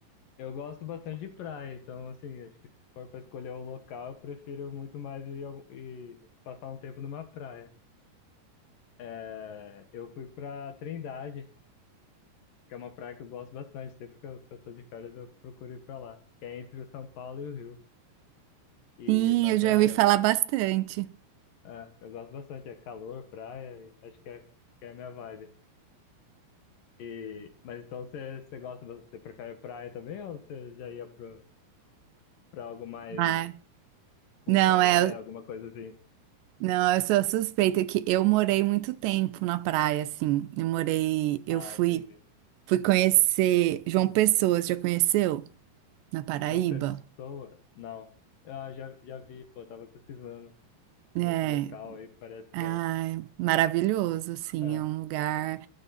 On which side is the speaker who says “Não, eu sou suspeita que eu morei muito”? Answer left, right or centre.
Right